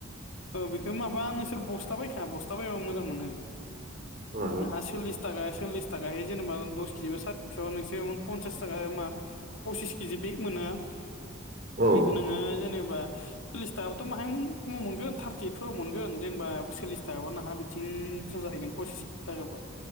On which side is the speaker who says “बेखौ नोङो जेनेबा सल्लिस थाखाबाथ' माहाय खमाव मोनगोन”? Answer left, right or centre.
Left